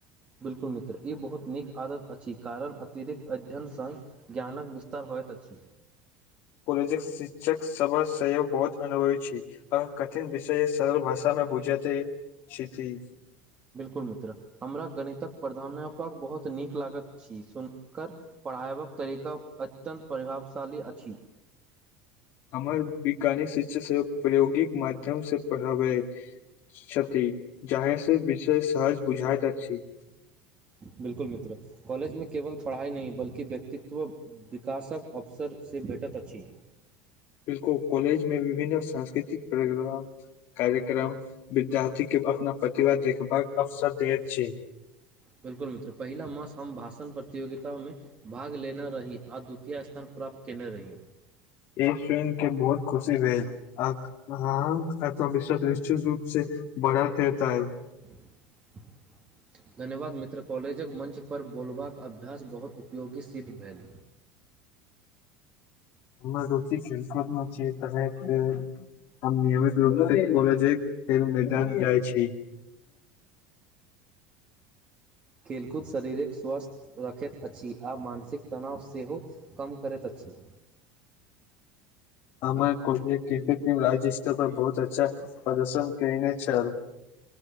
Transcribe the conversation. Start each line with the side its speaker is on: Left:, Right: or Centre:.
Right: बिल्कुल मित्र ई बहुत नीक आदत अछि कारण अतिरिक्त अध्ययनसँ ज्ञानक विस्तार होइत अछि।
Left: काॅलेजक शिक्षक सभ सेहो बहुत अनुभवी छै। आ कठिन विषय सरल भाषामे बुझा दैत छथि।
Right: बिल्कुल मित्र, हमरा गणितक प्रधानाध्यापक बहुत नीक लागत अछि हुनकर- पढ़ायबाक तरीका अत्यन्त प्रभावशाली अछि।
Left: हमर वैज्ञानिक शिक्षा सेहो प्रायोगिक माध्यम से पढ़बै छथि जाहि सँ विसेस सहज बुझाइत अछि
Right: बिलकुल मित्र कॉलेज मे केवल पढ़ाई नहि बल्कि व्यक्तित्व विकासक अवसर से भेटैत अछि
Left: बिलकु कॉलेज मे विभिन्न सांस्कृतिक प्रोग्राम कार्यक्रम विद्यार्थी केँ अपना प्रतिभा देखबाक अवसर देैत छै
Right: बिल्कुल मित्र पहिला मास हम भाषण प्रतियोगितामे भाग लेने रही आ द्वितीय स्थान प्राप्त कयने रही
Left: ई सुझन केँ बहुत खुशी भेल आ हँ अथवश्व निश्चित रूप से बढ़त हेतै
Right: <inaudible> धन्यवाद मित्र कॉलेजक मंचपर बोलबाक अभ्यास बहुत उपयोगी सिद्ध भेल
Left: हमम रोचि खेल कूदमे छियै रहैत होइ हम नियमित रूप से कॉलेजेक खेल मैदान जाइ छी।
Right: खेलकूद शरीरक स्वास्थ रखैत अछि आ मानसिक तनाव सेहो कम करैत अछि
Left: हमर कोइ भि क्रिकेट टीम राज्य स्तर पर बहुत अच्छा प्रदर्शन कयने छल